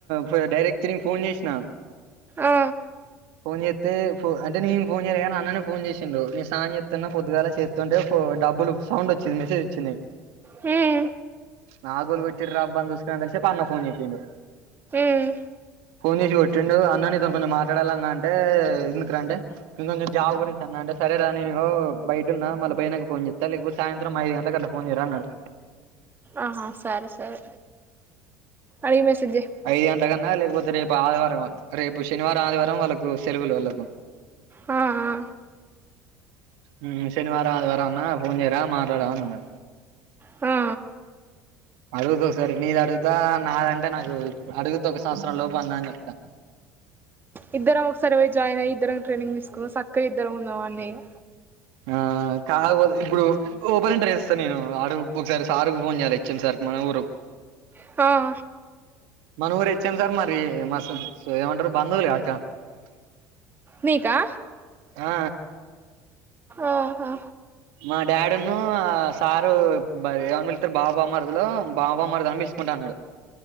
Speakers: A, on the right; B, on the right.
A: ఫ్ డైరెక్టర్ నెన్ ఫోన్ జేసినా
B: ఆ
A: ఫోన్ జెత్తే అంటే ఫ్ నేను ఫోన్ చేయలేగని అన్ననే ఫోన్ జేసిండు నేను సాన్ చెత్తున్న పొద్దుగాల చేత్ తుంటే ఫ్ డబ్బులు సౌండోచ్చింది మెసేజ్ వచ్చింది
B: హ్మ్
A: నాకోలు గొట్టిర్రా అబ్బ అని చూసుకునంతల్సేపు అన్న ఫోన్ చేసిండు
B: ఉమ్
A: ఫోన్ జేసి కొట్టిండు అన్న ని తోని కొంచెం మాట్లాడాలన్న అంటే ఎందుకుర అంటే ఇంకొంచెం జాబ్ గురించి అన్నా అంటే సరేరా నేను ఇగో బయటున్న మళ్ల పోయినంక ఫోన్ జేత్త లేకపోతే సాయంత్రం ఐదు గంట్లకట్ల ఫోన్ జెయిరా అన్నడు
B: ఆహా సరే సరే అడిగి మెసేజ్ చేయి
A: ఆ ఐదు గంటల కన్నా లేకపోతే రేపు ఆదివారం రేపు శనివారం ఆదివారం వాళ్ళకు సెలవులు వాళ్ళకు
B: ఆ ఆ,
A: మ్ శనివారం ఆదివారం అన్న ఫోన్ చేయిరా మాట్లాడదం అన్నడు
B: హా
A: అడుగుతొకసారి నీదడుగుతా నాదంటే నాకు అడుగుత ఒక సంవత్సరం లోపు అన్న అని చెప్త
B: ఇద్దరం ఒకసారే పోయి జాయిన్ అయ్యి ఇద్దరం ట్రైనింగ్ తీసుకొని సక్కగ ఇద్దరం ఉందమాన్నే ఇగ
A: ఆ కాక్పోతె ఇప్పుడు ఓపెనింటర్ చెస్త నేను ఆడు ఒకసారి సార్కు ఫోన్ చేయాలి హెచ్ ఎం సార్కి మన ఊరు
B: ఆ
A: మన ఊరు హెచ్ ఎమ్ సార్ మరి మా స్ ఏమంటరు బంధువులు గావచ్చ ఆ
B: మీకా
A: ఆ
B: ఆహా
A: మా డాడున్ను అ సారు బ ఏమని పిళ్తరు బావ బామ్మర్దులో బావ మరిది అని పిల్స్ కుంటన్నడు